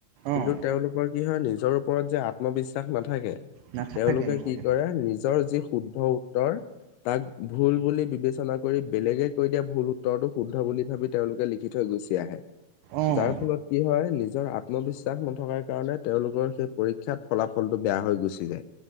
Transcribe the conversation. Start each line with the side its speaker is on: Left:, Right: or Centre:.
Left: কিন্তু
Right: অঁ
Left: তেওঁলোকৰ কি হয় নিজৰ ওপৰত যে আত্মবিশ্বাস নাথাকে।
Right: নাথাকে
Left: তেওঁলোকে
Right: নাথাকে
Left: কি কৰে নিজৰ যি শুদ্ধ উত্তৰ। তাক ভুল বুলি বিবেচনা কৰি বেলেগে। কৈ দিয়া ভুল উত্তৰটো শুদ্ধ বুলি ভাবি তেওঁলোকে লিখি থৈ গুচি আহে
Right: অঁ
Left: যাৰ ফলত কি হয়। এ নিজৰ আত্মবিশ্বাস নথকাৰ। কাৰণে তেওঁলোকৰ সেই পৰীক্ষাত ফলাফলতো বেয়া হৈ গুচি যায়।